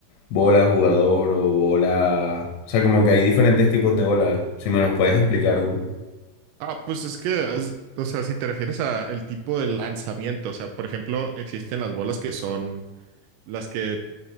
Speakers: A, on the left (about 80°); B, on the right (about 85°).
A: bola jugador o bola... O sea, como que hay diferentes tipos de bolas. Si me los puedes explicar un...
B: Ah, pues es que, haz- o sea, si te refieres a el tipo de lanzamiento, o sea, por ejemplo, existen las bolas que son las que